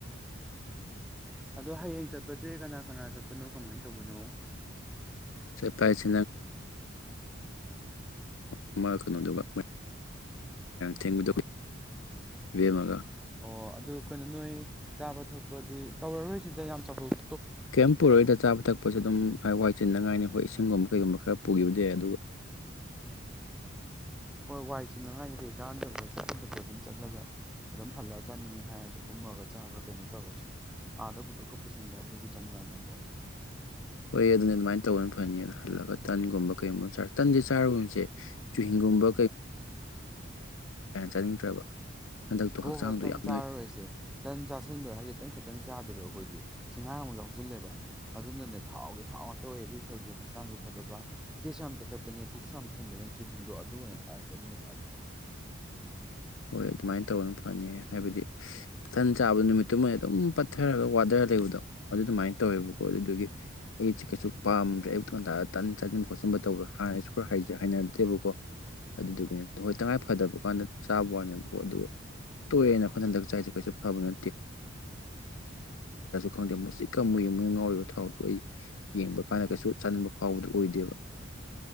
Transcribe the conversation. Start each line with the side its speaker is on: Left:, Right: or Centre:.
Centre: ꯑꯗꯣ ꯍꯌꯦꯡ ꯆꯠꯄꯁꯦ ꯀꯅꯥ ꯀꯅꯥ ꯆꯠꯄꯅꯣ ꯀꯃꯥꯏ ꯇꯧꯕꯅꯣ
Left: ꯆ ꯐꯥꯏꯁꯦ ꯑꯃ ꯀꯩꯅꯣꯗꯨꯒ ꯊꯦꯡꯕꯗ ꯏꯕꯦꯝꯃꯒ
Centre: ꯑꯣ ꯑꯗꯨ ꯀꯩꯅꯣ ꯅꯣꯏ ꯆꯥꯕ ꯊꯛꯄꯗꯤ ꯇꯧꯔꯔꯣꯏꯁꯤꯗ ꯌꯥꯝ ꯆꯥꯎꯈꯧꯕ
Left: ꯀꯩꯝ ꯄꯨꯔꯛꯏꯗ ꯆꯥꯕ ꯊꯛꯄꯁꯨ ꯑꯗꯨꯝ ꯋꯥꯏ ꯆꯤꯗꯉꯥꯏꯅꯤ ꯍꯣꯏ ꯏꯁꯤꯡꯒꯨꯝꯕ ꯀꯩꯒꯨꯝꯕ ꯈꯔ ꯄꯨꯈꯤꯕꯁ ꯌꯥ ꯑꯗꯨꯒ
Centre: ꯍꯣꯏ ꯋꯥꯏ ꯆꯅꯉꯥꯏꯅꯤ ꯀꯩ ꯀꯥꯟꯗꯕꯗ ꯆꯠꯄꯊꯄ ꯑꯗꯨꯝ ꯆꯠꯂꯒ ꯑꯗꯨꯝ ꯍꯠꯂꯛꯑ ꯆꯥꯅꯤꯡꯉꯦ ꯍꯥꯏꯔꯁꯨ ꯀꯨꯝꯃꯛꯑꯒ ꯆꯥꯕ꯭ꯔꯥ ꯀꯩꯅꯣ ꯇꯧꯔꯁꯤ ꯑꯗ ꯄꯨꯊ ꯀ ꯄꯨꯁꯤꯗ ꯖꯪꯖꯅꯕꯣ
Left: ꯍꯣꯏ ꯑꯗꯨꯅ ꯑꯗꯨꯃꯥꯏꯅ ꯇꯧꯕꯅ ꯐꯅꯤꯅ ꯍꯜꯂꯒ ꯇꯟꯒꯨꯝꯕ ꯀꯩꯒꯨꯝꯕ ꯆꯔ ꯇꯟꯁꯦ ꯆꯥꯔꯨꯁꯦ ꯆꯨꯍꯤꯤꯡꯒꯨꯝꯕ ꯆꯥꯅꯤꯡꯗ꯭ꯔꯕ ꯍꯟꯗꯛꯇꯣ
Centre: ꯍꯣꯏ
Left: ꯍꯛꯆꯥꯡꯗꯣ
Centre: ꯍꯣꯏ ꯇꯟ
Left: ꯌꯥꯝ
Centre: ꯆꯥꯔꯔꯣꯏꯁꯦ
Left: ꯅꯣꯏ
Centre: ꯇꯟ ꯆꯥꯥꯁꯟꯕꯗ ꯍꯥꯏꯐꯦꯠꯇꯪ ꯈꯈꯤꯇꯪ ꯆꯥꯗꯦꯕ ꯑꯩꯈꯣꯏꯗꯤ ꯁꯤꯡꯍꯔ ꯑꯃꯨꯛ ꯌꯥꯎꯁꯤꯜꯂꯦꯕ ꯑꯗꯨꯅꯅꯦ ꯊꯥꯎꯒꯤ ꯊꯥꯎ ꯉꯥꯛꯇ ꯑꯣꯏ ꯑꯗꯨꯒꯤ ꯁꯔꯨꯛꯇ ꯍꯛꯆꯥꯡꯁꯨ ꯐꯗꯕ ꯇꯦꯁꯁꯨ ꯌꯥꯝ ꯇꯦꯛꯈꯠꯄꯅꯦ ꯄꯨꯛꯁꯨ ꯌꯥꯝ ꯊꯩꯕꯅꯦ ꯆꯨꯍꯤꯤꯡꯗꯣ ꯑꯗꯨ ꯑꯣꯏꯅ ꯊꯥꯔꯁꯤ ꯑꯗꯨꯅ ꯈ꯭ꯋꯥꯏ ꯐꯔꯦ
Left: ꯍꯣꯏ ꯑꯗꯨꯃꯥꯏꯅ ꯇꯧꯕꯅ ꯐꯅꯤ ꯍꯥꯏꯕꯗꯤ ꯇꯟ ꯆꯥꯕ ꯅꯨꯃꯤꯠꯇꯨꯃꯩ ꯑꯗꯨꯝ ꯄꯠꯊꯔꯒ ꯋꯥꯗꯔ ꯂꯩꯕꯗꯣ ꯑꯗꯨ ꯑꯗꯨꯃꯥꯏꯅ ꯇꯧꯋꯦꯕꯀꯣ ꯑꯗꯨꯗꯨꯒꯤ ꯑꯩꯁꯤ ꯀꯩꯁꯨ ꯄꯥꯝꯗ꯭ꯔꯦ ꯑꯌꯨꯛꯛꯇꯪ ꯉꯟꯇꯥ ꯇꯟ ꯆꯥꯁꯤꯟ ꯈꯣꯠꯆꯤꯟꯕ ꯇꯧꯕꯗꯣ ꯍꯥꯟꯅ ꯈ ꯍꯥꯏꯅꯗꯦꯕꯀꯣ ꯑꯗꯨꯗꯨꯒꯤꯅ ꯍꯣꯏ ꯇꯉꯥꯏ ꯐꯗꯕ ꯀꯥꯟꯗ ꯆꯥꯕ ꯋꯥꯅꯦꯕꯀꯣ ꯑꯗꯨꯒ ꯇꯣꯛꯑꯦꯅ ꯑꯩꯈ ꯍꯟꯗꯛ ꯆꯥꯏꯁꯦ ꯀꯩꯁꯨ ꯐꯕꯅꯦ ꯈꯪꯗꯦ ꯃꯨꯁꯤꯛꯀ ꯃꯨꯏ ꯃꯨꯏ ꯉꯥꯎꯔꯤꯕ ꯊꯥꯎꯁꯨ ꯑꯩ ꯌꯦꯡꯕ ꯀꯥꯟꯗ ꯀꯩꯁꯨ ꯆꯥꯅꯤꯡꯕ ꯐꯥꯎꯕꯗꯨ ꯑꯣꯏꯗꯦꯕ